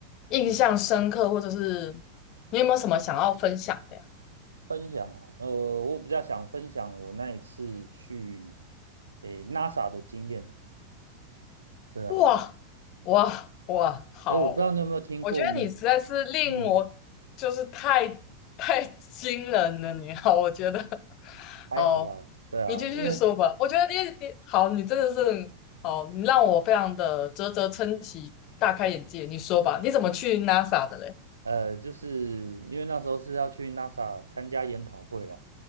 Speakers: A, on the left; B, on the right.
A: 印象深刻，
B: 嗯
A: 或者是你有没有什么想要分享的？呀？
B: 分享啊，呃，我比较想分享我那一次去，诶，NASA 的经验啊对啊，
A: 哇哇哇，好！
B: 哎，我不知道你有没有听过没，
A: 我觉得你实在是令我就是太太惊人了，
B: 嗯，
A: 你好，我觉得
B: 还好啦。
A: 好，
B: 对啊，
A: 你继续说吧。
B: 因为
A: 我觉得你你好，你真的是好，你让我非常的啧啧称奇，大开眼界。你说吧，你怎么去 NASA 的嘞？
B: 呃，就是因为那时候是要去 NASA 参加研讨会啦。